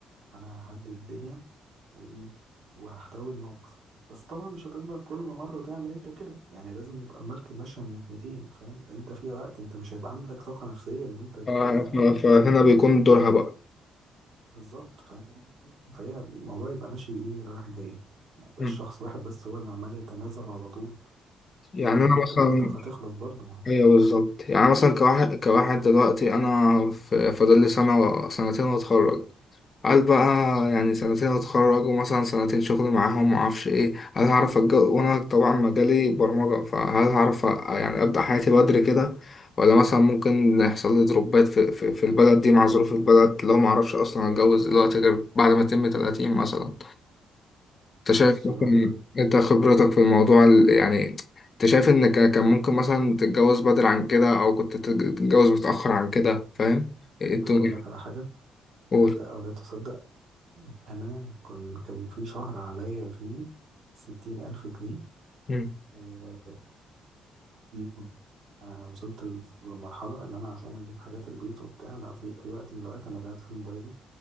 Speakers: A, on the right; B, on the left.
A: فانا هدي الدنيا وايه وهحتوي الموقف بس طبعا مش هتفضل كل مره تعمل انت كده يعني لازم يبقى المركب ماشيه من ناحيتين فاهم انت في وقت انت مش هيبقى عندك طاقه نفسيه ان انت ت-
B: ف- ف- فهنا بيكون دورها بقى
A: بالظبط فاهم فهي الموضوع يبقى ماشي ايه رايح جاي ما يبقاش
B: مم.
A: شخص واحد بس هو اللي عمال يتنازل على طول
B: يعني
A: لان
B: أنا
A: انت
B: مثلا
A: طاقتك هتخلص برضه
B: ايوه بالظبط يعني مثلا كواحد كواحد دلوقتي انا في- فاضل لي سنه سنتين واتخرج هل بقى يعني سنتين اتخرج ومثلا سنتين شغل معاهم معرفش ايه هل هعرف أتج- وانا طبعا مجالي برمجه فهل هعرف أ- يعني ابدا حياتي بدري كده ولا مثلا ممكن يحصل لي دروبات في, في, في البلد دي مع ظروف البلد لو معرفش اصلا اتجوز دلوقتي غير بعد ما اتم 30 مثلا انت
A: بص
B: شايف مثلا
A: والله انا
B: انت خبرتك في الموضوع ال- يعني انت شايف ان ك- كان ممكن مثلا تتجوز بدري عن كده او كنت تتج- تتجوز متأخر عن كده فاهم ايه الدنيا
A: هقول لك على حاجه
B: قول
A: صدق او لا تصدق انا كان كان في شهر عليا فيه ستين الف جنيه
B: مم.
A: آه، ديون انا وصلت لف- للمرحله اللي انا عشان اجيب حاجات البيت وبتاع انا في في وقت من الاوقات انا بعت فيه موبايلي